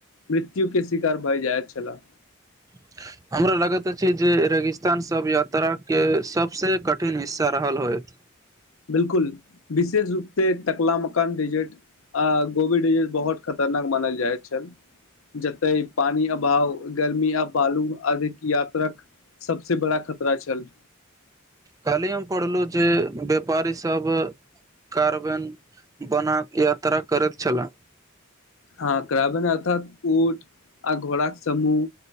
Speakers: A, on the left (about 75°); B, on the right (about 15°).
A: मृत्यु के शिकार भय जायत छला।
B: <inaudible> हमरा लगैत अछि जे रेगिस्तान सभ यात्राके सभसँ कठिन हिस्सा रहल होइत।
A: बिलकुल विशेष रूप से टकलामकान डेजर्ट आ गोवी डेजर्ट बहुत खत खतरनाक मानल जायत छल। जतय पानी अभाव, गर्मी आ बालू अधिक यात्रक सबसे बड़ा खतरा छल।
B: कल्ही हम पढ़लु जे व्यापारीसभ कार्बेन बनाक यात्रा करैत छलाह।
A: हँ क्रावेन अर्थात ऊट आ घोड़ाक समूह